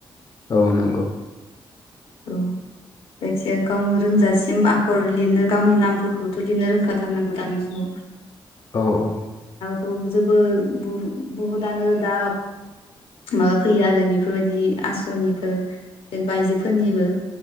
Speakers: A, on the left (about 40°); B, on the left (about 80°).
A: औ नंगौ
B: औ जायखिया गावनो रोंजासिम आखर लिरनो गावनि नामफोरखौथ' लिरनो रोंखाथारनांगौ दानि जुगाव
A: औ औ
B: थ जोबो बु बुहुदनो दा माबा फैयो आरो बेफोरबायदि आस सनिफोर जेनेबा आयजोफोरनिबो